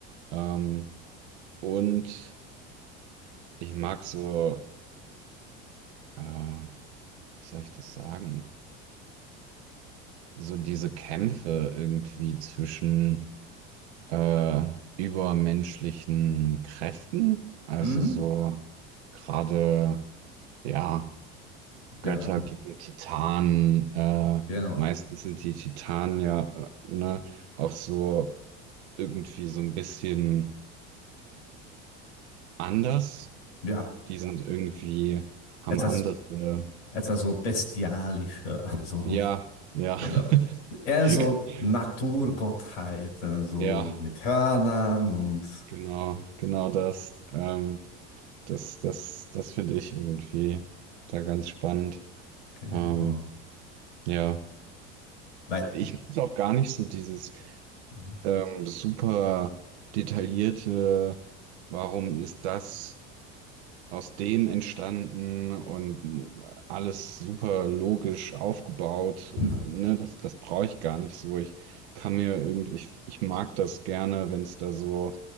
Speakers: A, on the right (about 80°); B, on the left (about 90°).
A: Ähm, und ich mag so, äh, wie soll ich das sagen? So diese Kämpfe irgendwie zwischen äh, übermenschlichen Kräften, also
B: Mhm.
A: so gerade, ja
B: Ja,
A: Götter gegen Titanen. Äh,
B: genau.
A: meistens sind die Titanen ja äh, ne, auch so irgendwie so ein bisschen anders.
B: Ja,
A: Die sind irgendwie, haben
B: etwas,
A: andere.
B: etwas so bestialischer, <laughs> so,
A: Ja, ja.
B: genau. Eher
A: <laughs>
B: so Naturgottheiten, so
A: Ja,
B: mit Hörnern und
A: genau, genau das. Ähm, das, das, das finde ich irgendwie da ganz spannend.
B: genau.
A: Ähm, ja,
B: Nein,
A: ich muss auch gar nicht so dieses
B: Mhm.
A: ähm, super detaillierte, warum ist das aus dem entstanden und alles super logisch aufgebaut.
B: <laughs>
A: Ne, das, das brauche ich gar nicht so. Ich kann mir irgendwie, ich, ich mag das gerne, wenn es da so,